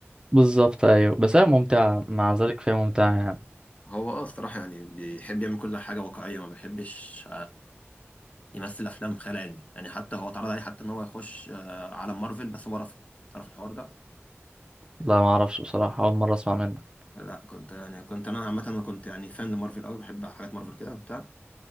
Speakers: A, on the right; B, on the left.
A: بالظبط ايوه بس هي ممتعة مع ذلك فهي ممتعة يعني
B: هو اه الصراحة يعني بيحب يعمل كل حاجة واقعية ما بيحبش يمثل افلام خيال علمي يعني حتى هو اتعرض عليه حتى ان هو يخش آه، عالم مارفل بس هو رفض تعرف الحوار ده
A: لا ما اعرفش بصراحة اول مرة اسمع منك
B: لا كنت يعني كنت انا عامه انا كنت يعني فان لمارفل قوي بحب حاجات مارفل كده وبتاع